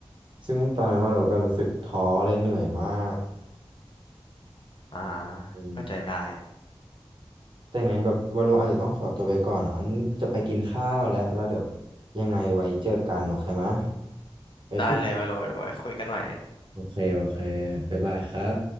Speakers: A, on the right; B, on the left.
A: ซึ่งตอนนั้นว่าเราก็รู้สึกท้อเลยเหนื่อยมาก
B: อ่า
A: อืม
B: เข้าใจได้
A: แต่ไงแบบวาโลอาจจะต้องขอตัวไปก่อนนะงั้นจะไปกินข้าวแล้วแล้วเดี๋ยวยังไงไว้เจอกันโอเคไหมไปคุย
B: ได้เลยมาโลเดี๋ยวไว้คุยกันหน่อย
A: โอเคโอเคบ๊ายบายครับ